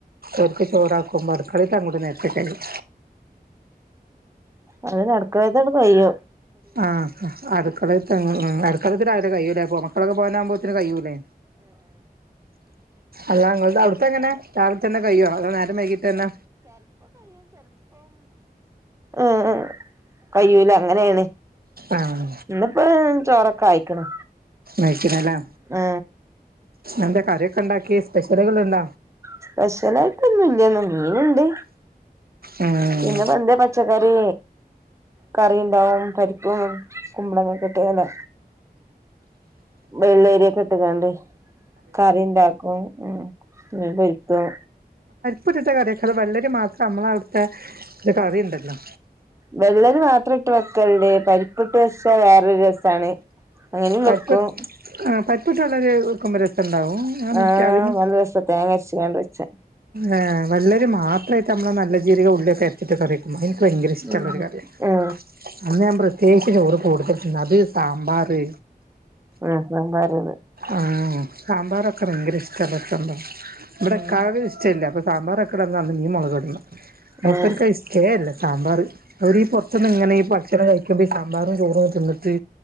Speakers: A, on the right; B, on the right.
A: ഓർക്ക് ചോറാക്കുമ്പോൾ അടുക്കളേത്ത അങ്ങോട്ട് നേരത്തെ കഴിയും
B: അതന്നെ അടുക്കളേതാട് കയ്യും
A: ആ അടുക്കളേത്ത അങ്ങോ ഉം അടുക്കളത് രാവിലെ കയ്യൂലെ അപ്പൊ മക്ക ക്കളക്ക പോവാനാമ്പോത്തിന് കയ്യൂല്ലേ അല്ലാ ഇങ്ങളുടെ അവിടുത്തെ എങ്ങനെ രാവിൽതന്ന കയ്യോ അതോ നേരം വൈകീട്ടന്ന
B: ആ കയ്യൂല അങ്ങനേണ്
A: ആഹ്
B: ഇന്നിപ്പോ ചോറൊക്കെ ആയിക്ക്ണ്
A: കഴിക്കണല്ലേ
B: ആ
A: എന്താ കറിയൊക്കെ ഉണ്ടാക്കി സ്പെഷ്യലുകളുണ്ട
B: സ്പെഷ്യലായിട്ടൊന്നും ഇല്ലന്നാ മീന്ണ്ട്
A: ഉം
B: പിന്നെ വന്തേ പച്ചക്കറി കറി ഉണ്ടാവും പരിപ്പും കുമ്പളങ്ങ കിട്ടിയല്ലെ വെള്ളേരിയൊക്കെ ഇട്ട്ങ്ങാണ്ട്‌ കറി ഉണ്ടാക്കും ഉം മീൻ പൊരിക്കും
A: പുരുത്തെ <unintelligible> കറിയൊക്ക വെള്ളരി മാത്രം നമ്മള അവിടുത്തെ കറിണ്ടല്ലോ
B: വെള്ളരി മാത്രം ഇട്ട് വെക്കല്ണ്ട് പരിപ്പിട്ട് വച്ച വേറൊരു രസാണ് അങ്ങനെയും
A: പരിപ്പ്
B: വെക്കും
A: ആ പരിപ്പിട്ട് വെള്ളരി വെക്കുമ്പോ രസ ണ്ടാവും നിക്കതിന്
B: ആഹ് നല്ല രസാ തേങ്ങ അരച്ച്കാണ്ട് വെച്ചാ
A: ആ വെള്ളരി മാത്രായിട്ടമ്മള നല്ല ജീരക ഉള്ളിയൊക്ക അരച്ചിട്ട് കറിയിക്കും ഭയങ്കര ഇഷ്ടമുള്ളോരു
B: ഉം
A: കറിയാ
B: ഉം
A: അന്ന് ഞാൻ പ്രത്യേകിച്ച് ചോറ് കൂടുത പിന്നത് സാമ്പാറ്
B: ഉം സാമ്പാറത്
A: ആഹ് സാമ്പാറൊക്കെ ഭയങ്കര ഇഷ്ട്ടൊള്ളൊരു സംഭവ ഇവിടെ
B: ഉം
A: ഇക്കാക്ക് ഇഷ്ട്ടില്ല <unintelligible> ഞ്ഞും മൊളക് ഇടണം മുപ്പർക്ക
B: ഉം
A: അത് ഷ്ട്ടേല്ല സാമ്പാർ അവരീ പൊറ്ത്ത്ന്ന്ങ്ങനെ ഈ ഭക്ഷണം കഴിക്കുമ്പോ ഈ സാമ്പാറും ചോറും തിന്നിട്ട്